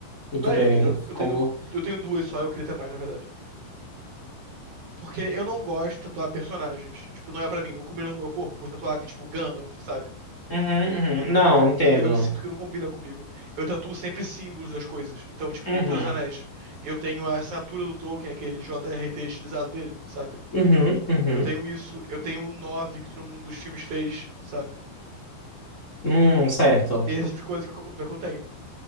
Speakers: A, on the left; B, on the right.
A: muito
B: Várias,
A: bem.
B: não, eu, te- eu,
A: Como
B: tenho, eu tenho duas só, eu queria ter mais, na verdade. Porque eu não gosto de tatuar personagens. Tipo, não é pra mim, não combina com o meu corpo. Vou tatuar, tipo, Gandalf, sabe?
A: Uhum,
B: Não, não,
A: uhum. Não, entendo.
B: eu sinto que não combina comigo. Eu tatuo sempre símbolos das coisas. Então, tipo,
A: Uhum,
B: Senhor dos Anéis. Eu tenho a assinatura do Tolkien, aquele JRT estilizado dele, sabe?
A: uhum, uhum.
B: Eu tenho isso, eu tenho o 9 que todo mundo dos filmes fez, sabe?
A: Hum, certo.
B: Esse tipo de coisa que eu, que eu tenho.